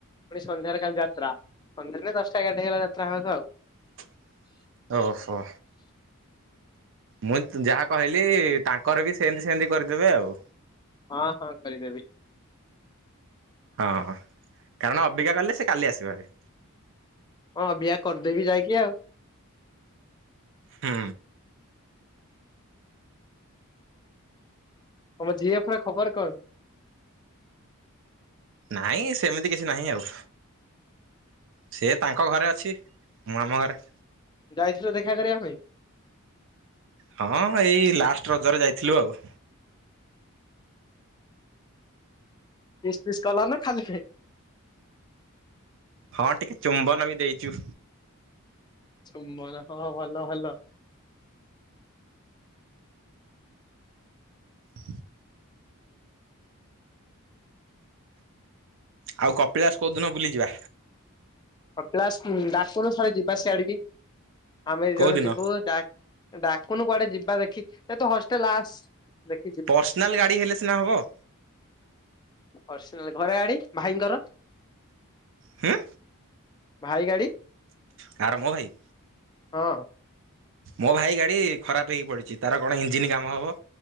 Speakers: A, on the left; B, on the right.
A: ପୁଣି ସନ୍ଧ୍ୟାରେ କାଲି ଯାତ୍ରା ସନ୍ଧ୍ୟାରେ ଦଶଟା ଏଗାରଟା ହେଇଗଲା ଯାତ୍ରା ହେବାକୁ ଆଉ।
B: <inaudible> ଓହୋ ମୁଁ ଯାହା କହିଲି ତାଙ୍କର ବି ସେମତି ସେମତି କରିଦେବେ ଆଉ।
A: ହଁ ହଁ କରିଦେବି।
B: ହଁଁ କାରଣ ଅବିକା କଲେ ସେ କାଲି ଆସିବ ହାରି।
A: ହଁ ଅବିକା କରିଦେବି ଯାଇକି ଆଉ।
B: ହୁଁ।
A: ତମ ଜି ଏଫ ର ଖବର କଣ?
B: ନାଇଁ ସେମିତି କିଛି ନାହିଁ ଆଉ। ସେ ତାଙ୍କ ଘରେ ଅଛି ମୁଁ ଆମ ଘରେ।
A: ଯାଇଥିଲୁ ଦେଖା କରିବା ପାଇଁ?
B: ହଁ ଏଇ ଲାଷ୍ଟ ରଜରେ ଯାଇଥିଲୁ ଆଉ।
A: କିସ୍ ପିସ୍ କଲା ନା ଖାଲି ପାଇଁ?
B: ହଁ ଟିକେ ଚୁମ୍ବନ ବି ଦେଇଛୁ।
A: ଚୁମ୍ବନ ହଁ ଭଲ ଭଲ।
B: <unintelligible> ଆଉ କପିଳାସ କୋଉ ଦିନ ବୁଲି ଯିବା?
A: କପ୍ଲାସ ଉଁ ଡାକୁନୁ ଥରେ ଯିବା ସିଆଡିକି ଆମେ ଦି
B: କୋଉ
A: ଜଣ
B: ଦିନ?
A: ଯିବୁ ଡାକ ଡାକୁନୁ କୁଆଡେ ଯିବା ଦେଖି ଏ ତୁ ହଷ୍ଟେଲ ଆସ ଦେଖ
B: ପର୍ସନାଲ ଗାଡି ହେଲେ ସିନା ହବ।
A: ପର୍ସନାଲ ଘରେ ଗାଡି ଭାଇଙ୍କର।
B: ହଁ।
A: ଭାଇ ଗାଡି
B: କାହାର ମୋ ଭାଇ
A: ହଁ।
B: ମୋ ଭାଇ ଗାଡି ଖରାପ ହେଇି ପଡିଛି ତାର କଣ ଇଞ୍ଜିିନ କାମ ହବ।